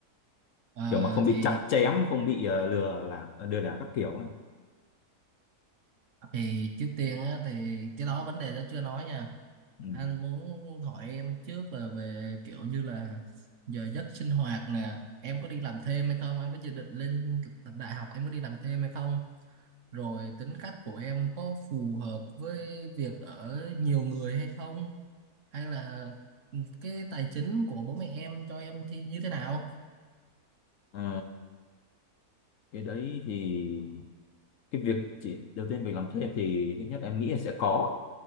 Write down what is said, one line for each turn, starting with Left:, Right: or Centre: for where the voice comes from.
Right: Ờ,
Left: Kiểu mà không bị
Right: thì
Left: chặt chém, không bị ờ, lừa là ờ, lừa đảo các kiểu anh.
Right: thì trước tiên á, thì cái đó vấn đề đó chưa nói nha
Left: Ừ.
Right: anh muốn hỏi em trước là về kiểu như là giờ giấc sinh hoạt nè em có đi làm thêm hay không em có dự định lên đại học em có đi làm thêm hay không rồi tính cách của em có phù hợp với việc ở nhiều người hay không hay là cái tài chính của bố mẹ em cho em thì như thế nào
Left: Ờ, cái đấy thì cái việc chỉ đầu tiên việc làm thêm thì thứ nhất em nghĩ là sẽ có